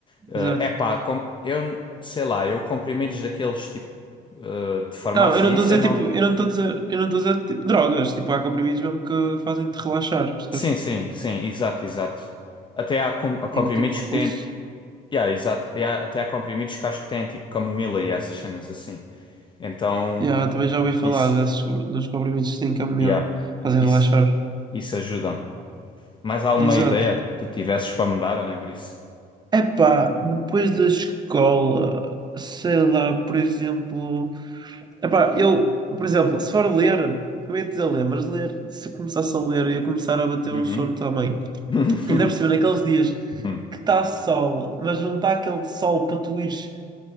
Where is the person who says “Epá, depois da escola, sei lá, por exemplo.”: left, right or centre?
Right